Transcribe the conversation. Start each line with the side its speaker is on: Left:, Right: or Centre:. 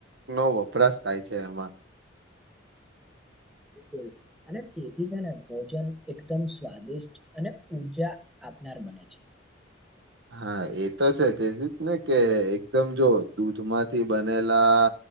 Right: નો વપરાશ થાય છે એમાં <inaudible>
Centre: બિલુલ અને તેથી છે ને ભોજન એકદમ સ્વાદિષ્ટ અને ઉર્જા આપનાર મને છે
Right: <inaudible> હા એ તો છે તેથી જ ને કે એકદમ જો દૂધમાંથી બનેલા